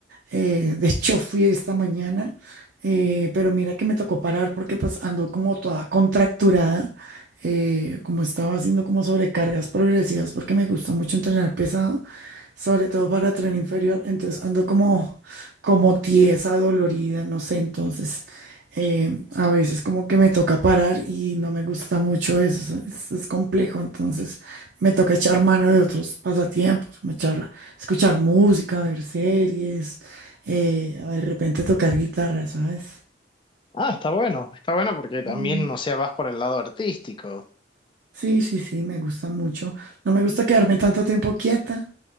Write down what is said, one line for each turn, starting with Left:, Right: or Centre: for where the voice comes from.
Right: Eh, de hecho, fui esta mañana, eh, pero mira que me tocó parar porque pues ando como toda contracturada, eh, como estaba haciendo como sobrecargas progresivas porque me gusta mucho entrenar pesado, sobre todo para tren inferior, entonces ando como, como tiesa, dolorida, no sé, entonces eh, a veces como que me toca parar y no me gusta mucho eso, es, es complejo, entonces me toca echar mano de otros pasatiempos, como echar escuchar música, ver series, eh, de repente tocar guitarra, ¿sabes?
Left: Ah, está bueno, está bueno porque
Right: Mm,
Left: también, o sea, vas por el lado artístico.
Right: sí, sí, sí, me gusta mucho. No me gusta quedarme tanto tiempo quieta